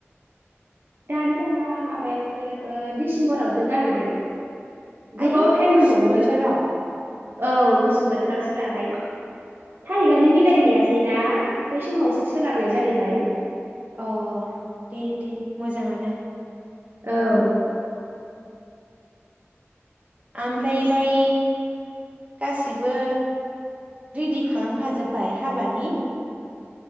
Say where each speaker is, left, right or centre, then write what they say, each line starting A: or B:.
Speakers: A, on the right; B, on the right.
A: दानो नङा माबायावसो ओ डिसेम्बरावसो जाहैगोन। गोबाव
B: आयै
A: टाइम
B: गुसु
A: दंबावो
B: बोथोराव।
A: औ गुसु बोथोरावसो लाबाय। थारिखानिनो
B: होम
A: मिलाय
B: होम
A: हैयासै
B: होम
A: ना? बे समावसो सोलाबनाया जाहैबाय।
B: अ दे दे मोजाङानो।
A: औ
B: ओमफ्रायलाय गासिबो रेडि खालामखाजोब्बाय हाबानि?